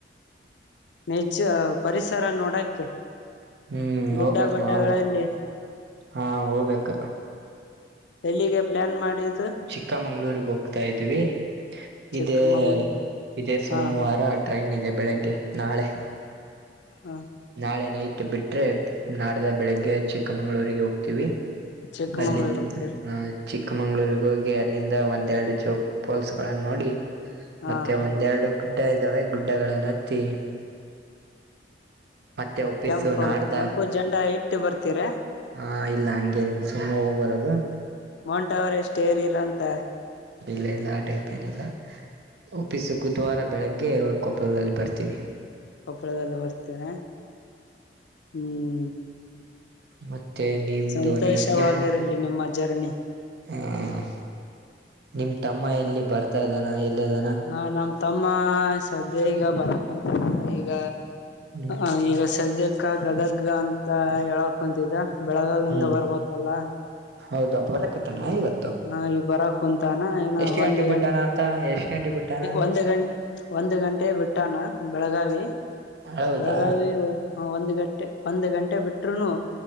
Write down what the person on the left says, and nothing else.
ನೇಚ ಪರಿಸರ ನೋಡಕ್ಕೆ
ಗುಡ್ಡ
ಬಡ್ಡಗಳಲ್ಲಿ
ಎಲ್ಲಿಗೆ ಪ್ಲಾನ್ ಮಾಡಿದ್
ಚಿಕ್ಕಮಂಗ್ಳೂರು
ಹಾ
ಹಾ
ಚಿಕ್ಕಮಂಗ್ಳೂರು
ಹೋಗ್ತೀರಿ
ಹಾ
ಕೆಂಪು
ಕೆಂಪು ಜಂಡ ಇಟ್ಟು ಬರ್ತೀರ
ಮೋಂಟ ಅವ್ರ ಎಷ್ಟು ಏರಿರಂತ
ಕೊಪ್ಪಳದೆಲ್ಲ ಬರ್ತೇರ ಹ್ಮ್
ಸಂತೋಷವಾಗಿರಲಿ
ನಿಮ್ಮ ಜರ್ನಿ
ಹ ನಮ್ ತಮ್ಮ ಸದ್ಯ ಈಗ ಬರಕ್ ಕುಂತ ಈಗ
ಹ ಈಗ ಸದ್ಯಕ್ಕ ಗದಗ ಅಂತ ಹೇಳಕ್ ಕುಂತಿದ್ದ ಬೆಳಗಾವಿಂದ
ಬರ್ಬೇಕಲ್ಲ
ಹ್ಮ
ಹಾಗೆ ಬರ ಕುಂತಾನ ಇನ
ಒಂದು್
ಗಂಟೆ
ಒಂದು ಗಂಟೆ ಒಂದು ಗಂಟೆ ಬಿಟ್ಟಾನ ಬೆಳಗಾವಿ
ಬೆಳಗಾವಿ ಹ ಒಂದು್ ಗಂಟೆ ಒಂದು್ ಗಂಟೆ ಬಿಟ್ರು